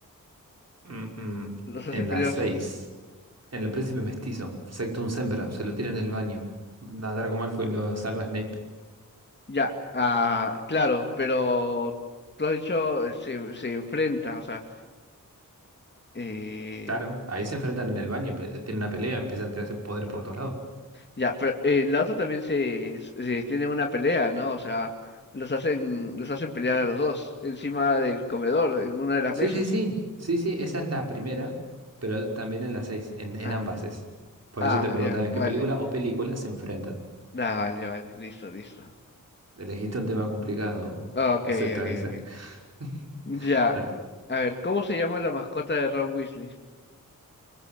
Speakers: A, on the right; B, on the left.
A: Mm, mm.
B: Los
A: En
B: hace pelear.
A: la 6
B: so-
A: en El Príncipe Mestizo, Sectum Sempra, se lo tira en el baño. A Draco Malfoy lo salva Snape.
B: Ya, ah, claro, pero tú has dicho eh, se, se enfrenta, o sea, eh,
A: Claro, ahí se enfrentan en el baño, pe- tienen una pelea, empiezan a tirarse poder por todos lados.
B: ya, pero en la otra también se, se tienen una pelea, ¿no? O sea, los hacen, los hacen pelear a los dos, encima del comedor, en una de las
A: Sí,
B: mesas.
A: sí, sí, sí, sí, esa es la primera, pero también en la seis, en, en
B: Ah,
A: ambas es. Por
B: ah,
A: eso te preguntaba
B: ya,
A: en
B: vale.
A: qué película o películas se enfrentan.
B: Ah, vale, vale, listo, listo.
A: Elegiste un tema complicado,
B: Ok,
A: José, esta
B: ok,
A: vez, ¿eh?
B: ok.
A: <laughs>
B: Ya.
A: Dale.
B: A ver, ¿cómo se llama la mascota de Ron Weasley?